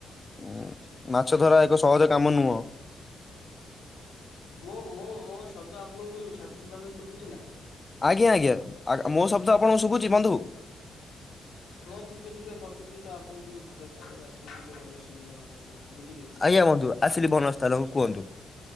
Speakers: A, on the left; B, on the left.
A: ହୁଁ ମାଛଧରା ଏକ ସହଜ କାମ ନୁହଁ।
B: ମୁଁ-ମୁଁ-ମୁଁ ମୋ ଶବ୍ଦ ଆପଣଙ୍କୁ ସଠିକ ଭାବେ ଶୁଭୁଛି ନା?
A: ଆଜ୍ଞା ଆଜ୍ଞା ଆ ମୋ ଶବ୍ଦ ଆପଣଙ୍କୁ ଶୁଭୁଚି ବନ୍ଧୁ?
B: ନାଇଁ ଟିକେ ଟିକେ କଟୁଚି ତ ଆପଣ ଟିକେ ଭଲ ସ୍ଥାନକୁ ଆସିଲେ ଟିକେ ଭଲ ସୁବିଧା ହୁଅନ୍ତା। ପାଇଁ ବୁଝିଲେ କି।
A: ଆଜ୍ଞା ବନ୍ଧୁ ଆସିଲି ଭଲ ସ୍ଥାନକୁ କୁହନ୍ତୁ?